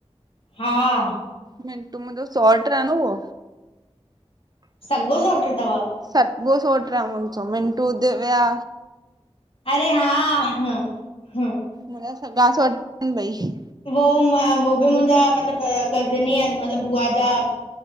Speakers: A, on the left (about 55°); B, on the right (about 35°).
A: हा।
B: मिंटू मुंहिंजो सॉट्र आ न उहो।
A: सॻो सोट्र तव?
B: सॻो सोट्र आ मुंजो मिंटू, दिव्या।
A: अरे हा- हं -हं
B: मुंहिंजा सॻा सोट्र इन ॿई।
A: वो बि मुंहिंजा मतलबु कज़िन ई आहिनि, मतिलबु बुआ जा